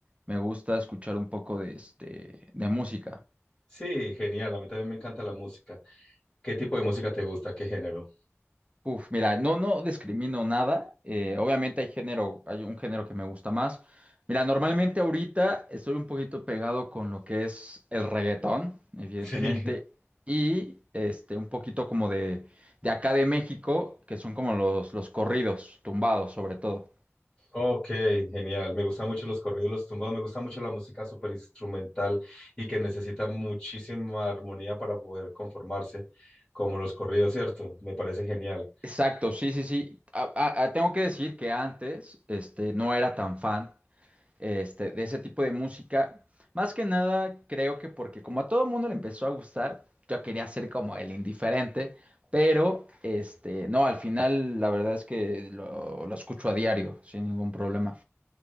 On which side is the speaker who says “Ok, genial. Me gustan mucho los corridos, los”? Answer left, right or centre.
Left